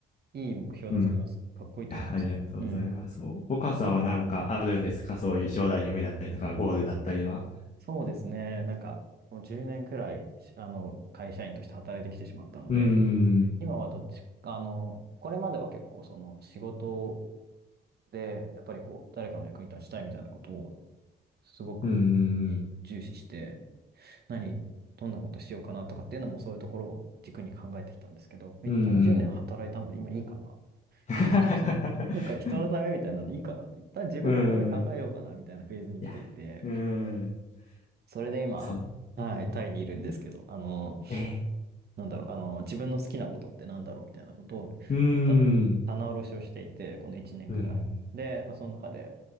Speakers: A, on the right (about 55°); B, on the left (about 35°).
A: いい目標だと思います。
B: うん。い
A: かっこいいと思います。
B: や、ありがとうございます。
A: うん。
B: お岡さんはなんかあるんですかそういう将来の夢だったりとか、ゴールだったりは。
A: そうですね。なんか、もう10年くらい、しあの、会社員として働いてきてしまったので、
B: うーん、
A: 今はどっちか、あの、これまでは結構その仕事で、やっぱりこう、誰かの役に立ちたいみたいなことを、すごく
B: うーん、
A: 重視して、何、どんなことしようかなとかっていうのもそういうところを軸に考えてきたんですけど、一旦10年働いたので今いいかな。
B: うーん、うーん。<laughs>
A: 今、<laughs> そうそうなんか人のためみたいなのでいいかなって、一旦自分のため考えようかなみたいなフェーズに来ていて、
B: うーんいや、うーん、
A: それで今、
B: そう、
A: はい、
B: うん、
A: タイにいるんですけど、あの、
B: え
A: なんだろう、あの、自分の好きなことってなんだろうみたいなことを、
B: ーうー
A: 一旦棚卸しをしていて、
B: ん、
A: この1年くらい。
B: うーん、
A: で、まあ、その中で、